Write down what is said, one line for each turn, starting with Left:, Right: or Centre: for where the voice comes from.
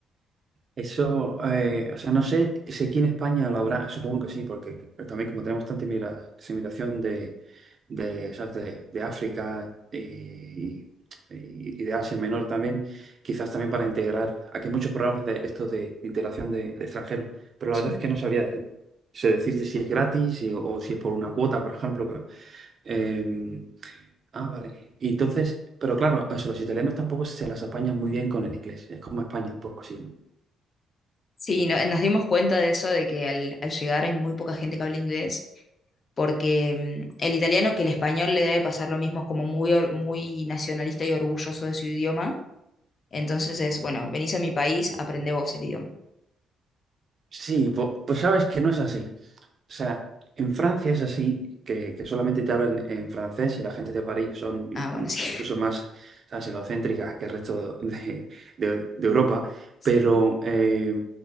Right: Eso, eh, o sea, no sé si aquí en España lo habrá, supongo que sí, porque también como tenemos tanta inmigra- inmigración de, de, ¿sabes? de, de África eh, y, y de Asia Menor también, quizás también para integrar. Aquí hay muchos programas de estos de integración de, de extranjeros, pero la
Left: Sí.
Right: verdad es que no sabría de- sé decirte si es gratis y- o si es por una cuota, por ejemplo. que- eh, ah, vale. Y entonces, pero claro, o sea, los italianos tampoco se las apañan muy bien con el inglés. Es como España, un poco así, ¿no?
Left: Sí, no- nos dimos cuenta de eso, de que al, al llegar hay muy poca gente que habla inglés, porque mm, el italiano, que el español le debe pasar lo mismo, es como muy, or- muy nacionalista y orgulloso de su idioma. Entonces es, bueno, venís a mi país, aprende vos el idioma.
Right: Sí, po- pues sabes que no es así. O sea, en Francia es así, que, que solamente te hablan en francés y la gente de París son mm,
Left: Ah, bueno,
Right: mm,
Left: sí,
Right: o sea, incluso más ¿sabes? egocéntricas que el resto de, de- de Europa,
Left: <laughs>
Right: pero
Left: sí.
Right: eh,